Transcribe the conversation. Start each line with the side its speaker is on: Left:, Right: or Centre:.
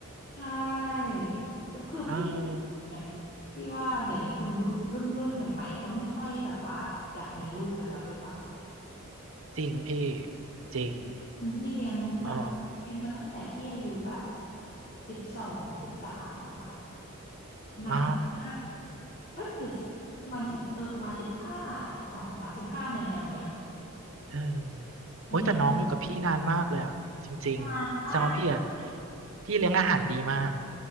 Left: ใช่แต่คือพี่
Right: เออ
Left: ไงพี่ว่าเดี๋ยวนี้คนยุครุ่นรุ่นใหม่ๆก็ไม่ค่อยแบบว่าอยากมีลูกกันแล้วด้วยปะ
Right: จริงพี่จริง
Left: อืมพี่เลี้ยงแบบพี่เลี้ยงมาตั้งแต่พี่อายุแบบ
Right: อ๋อ
Left: สิบสองสิบสามอ่ะนานมาก
Right: อ๋อ
Left: เอ้ยหรือสิบประมาณสิบเออประมาณสิบห้าสิบสองสิบสามสิบห้าแนวแนวๆเนี้ย
Right: เออโอ้ยแต่น้องอยู่กับพี่นานมากเลยอ่ะจริงๆแสดงว่าพี่อ่ะ
Left: อันนี้นานมาก
Right: พี่เลี้ยงอาหารดีมาก